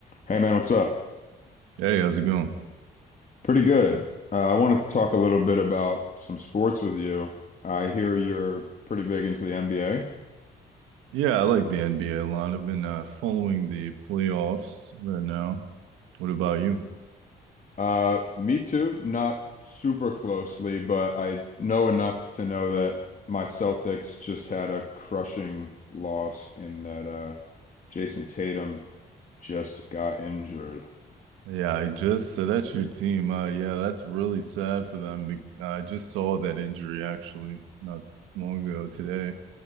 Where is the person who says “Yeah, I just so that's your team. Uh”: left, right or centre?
Right